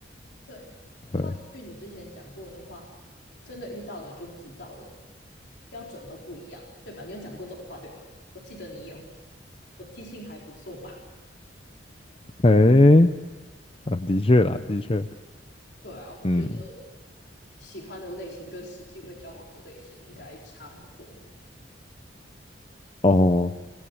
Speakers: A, on the left; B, on the left.
A: 对，套一句你之前讲过的话，
B: <laughs> 对，
A: 真的遇到了就知道了，标准都不一样，对吧？你有讲过这种话，对吧？我记得你有，我记性还不错吧？
B: 哎、啊，的确啦，的确。
A: 对啊，我觉得
B: 嗯，
A: 喜欢的类型跟实际会交往的类型应该差很多。
B: 哦，